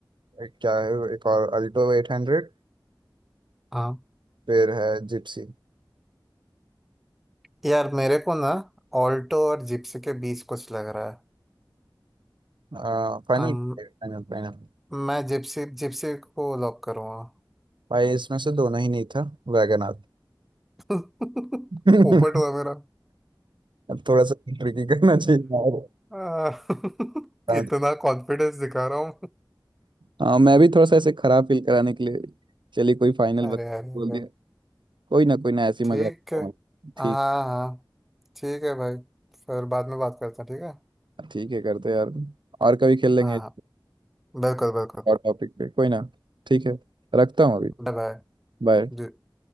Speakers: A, on the right; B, in the centre.
A: एक क्या है एक और अल्टो एट हंड्रेड
B: हाँ
A: फिर है जिप्सी
B: यार मेरे को ना ऑल्टो और जिप्सी के बीच कुछ लग रहा है
A: आ, Final
B: अम,
A: final final
B: मैं जिप्सी जिप्सी को लॉक करूँगा
A: भाई इसमें से दोनों ही नहीं था वैगन आर
B: <laughs>
A: <laughs>
B: पोपट हुआ मेरा
A: थोड़ा सा ट्रिकी करना चाहिए
B: आ, <laughs>
A: यार।
B: इतना कॉन्फिडेंस दिखा रहा हूँ
A: हाँ मैं भी थोड़ा सा ऐसे खराब फील कराने के लिए चलिए कोई फाइनल बत-
B: अरे अरे
A: बोल
B: अरे
A: दिया कोई ना कोई ना ऐसी
B: ठीक
A: मजाक करता
B: है
A: हूँ। ठीक
B: हाँ हाँ ठीक है भाई फिर बाद में बात करते हैं ठीक है
A: ठीक है करते हैं यार और कभी खेल लेंगे
B: हाँ हाँ बिल्कुल बिल्कुल
A: और टॉपिक पे कोई ना ठीक है रखता हूँ अभी
B: बाय
A: बाय
B: बाय